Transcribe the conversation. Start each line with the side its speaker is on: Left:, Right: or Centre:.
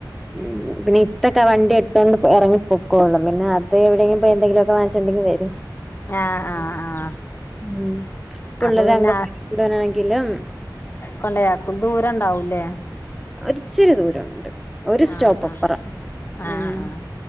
Centre: ഉം പിന്നെ ഇത്തൊക്കെ വണ്ടി എടുത്തോണ്ട് പോ എറങ്ങി പൊക്കോളും പിന്നെ അത് എവിടെയെങ്കി പോയി എന്തെങ്കിലൊക്കെ വാങ്ങി ച്ചണ്ടെങ്കി വരും
Left: ആഹ് ആഹ് ആഹ്
Centre: മ്മ് പിള്ളരെ
Left: അപ്പൊ പിന്നെ
Centre: അഗംവാടി ഇടാനാണെങ്കിലും
Left: കൊണ്ടയാക്കും ദൂരണ്ടാവും ല്ലേ?
Centre: ഒരിച്ചിരി ദൂരണ്ട് ഒരു സ്റ്റോപ്പ്
Left: ആഹ്
Centre: അപ്പറം
Left: ആഹ് ആഹ്
Centre: ഉം
Left: ആഹ്